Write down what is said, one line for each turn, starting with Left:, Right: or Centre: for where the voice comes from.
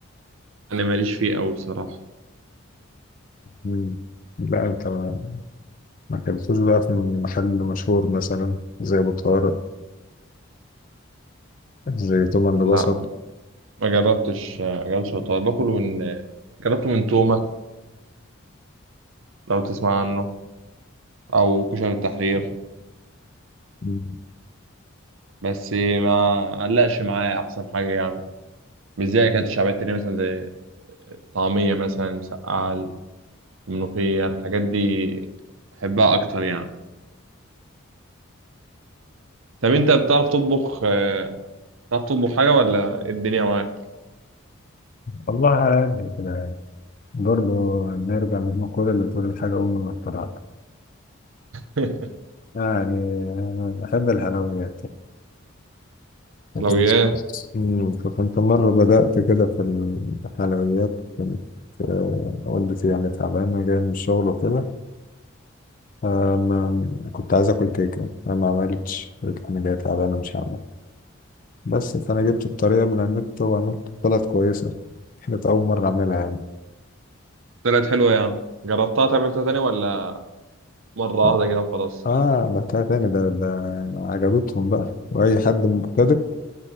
Right: انا ماليش فيه قوي بصراحه
Left: مم. لا انت ما ما اكلتوش بقى في محل مشهور مثلا زي ابو طارق زي توم اند
Right: لا
Left: بصل
Right: ما جربتش ما جربتش الطواجن باكله من جربته من تومه لو تسمع عنه او كشري التحرير
Left: مم.
Right: بس ما علقش معايا احسن حاجه يعني مش زي اكلت شعبيه تانية مثلا زي الطعميه مثلا المسقعه الملوخيه الحاجات دي بحبها اكتر يعني طب انت بتعرف تطبخ آه، بتعرف تطبخ حاجه ولا إيه الدنيا معاك
Left: والله على قد كده يعني. برضه نرجع للمقولة اللي بتقول الحاجة أم ما اخترعتها
Right: <laughs>
Left: يعني آه، بحب الحلويات
Right: حلويات
Left: كنت مم، فكنت مرة بدأت كده في الحلويات كانت آه، والدتي يعني تعبانة جاية من الشغل وكده آه، ما- كنت عايز آكل كيكة أنا ما عملتش قلت أنا جاية تعبانة مش هعمل بس فأنا جبت الطريقة من على النت وعملت طلعت كويسة كانت أول مرة أعملها يعني
Right: طلعت حلوه يعني جربتها تعملتها تاني ولا مره
Left: آه
Right: واحده كده وخلاص
Left: آه، عملتها تاني ده ده عجبتهم بقى وأي حد مبتدئ